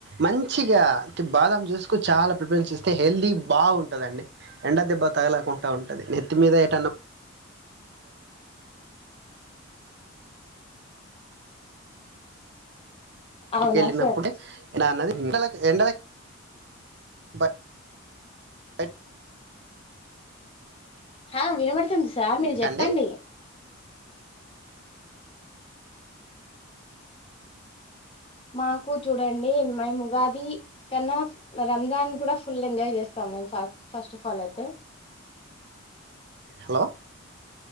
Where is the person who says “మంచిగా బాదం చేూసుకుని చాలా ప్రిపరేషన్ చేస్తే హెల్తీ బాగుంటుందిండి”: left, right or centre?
Right